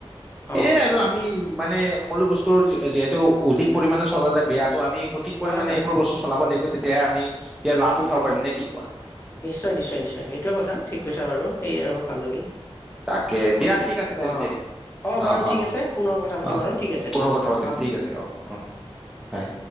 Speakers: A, on the left (about 25°); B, in the centre.
A: অ
B: এ, আৰু আমি, মানে সকলো বস্তুৰ যিহেতু অধিক পৰিমাণে চলালে বেয়াটো আমি ঠিক পৰিমাণে
A: হয় হয়
B: এইবোৰ বস্তু চলাব লাগিব তেতিয়াহে আমি, ইয়াৰ লাভ উঠাব পাৰিম নে কি কোৱা?
A: নিশ্চয়, নিশ্চয়, নিশ্চয়, সেইটোৱে কথা, ঠিক কৈছা বাৰু সেই আৰু ভাল লাগিল।
B: তাকে, দিয়া ঠিক আছে তেন্তে।
A: অ
B: অ',
A: বাৰু
B: অ',
A: ঠিক আছে পুনৰ কথা পাতিম
B: অ',
A: আৰু ঠিক আছে
B: পুনৰ
A: ঠিক আছে
B: কথা পাতিম
A: অ
B: ঠিক আছে। অ', হয়।